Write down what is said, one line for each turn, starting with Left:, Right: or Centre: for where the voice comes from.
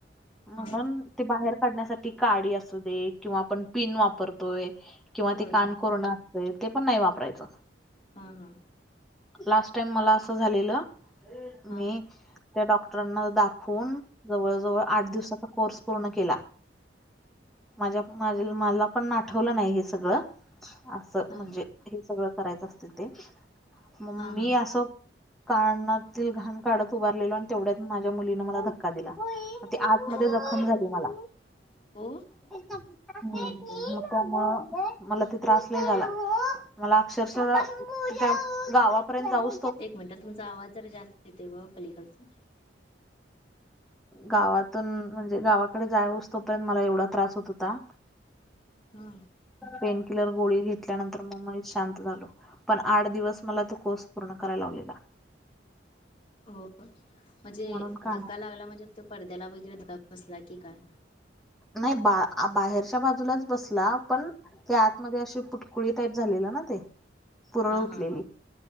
Centre: म्हणून
Left: हां
Centre: ते बाहेर काढण्यासाठी काडी असू दे किंवा आपण पिन वापरतोय किंवा
Left: होय
Centre: ते कान कोरण ते पण नाही वापरायचं.
Left: हा हा.
Centre: लास्ट टाईम मला असं झालेलं
Left: हां
Centre: मी त्या डॉक्टरांना दाखवून जवळ जवळ आठ दिवसाचा कोर्स पूर्ण केला. माझ्या मा मला पण आठवलं नाही हे सगळं. असं
Left: हां
Centre: म्हणजे हे सगळं करायचं असते ते मग
Left: हां
Centre: मी
Left: हां
Centre: असं कानातील घाण काढत उभारलेलो आणि तेवढ्यात माझ्या मुलीन मला धक्. दिला आत
Left: अरे
Centre: मध्ये जखम
Left: बापरे
Centre: झाली मला
Left: हो
Centre: <unintelligible> त्या
Left: बापरे
Centre: म मला ते त्रास नाही झाला मला अक्षरश त्या गावापर्यंत जाऊ.
Left: एक मिनिटात तुमचा आवाज जर जास्त येते व पलीकलचा
Centre: गावातून म्हणजे गावाकडे जाय असतो पर्यंत मला एवढा त्रास होत होता.
Left: हा.
Centre: पेनकिलर गोळी घेतल्यानंतर मग मनीत शांत झालो. पण आठ दिवस मला तो कोर्स पूर्ण कराला लावलेला
Left: हो म्हणजे
Centre: म्हणून काय
Left: धक्का लागला म्हणजे तो पडद्याला वगैरे धक्का बसला की काय.
Centre: नाही बा बाहेरच्या बाजूलाच बसला पण. त्या आतमध्ये अशी पुटकुळी टाईप झालेलं ना ते. पुरळ
Left: हा
Centre: उठलेली
Left: हा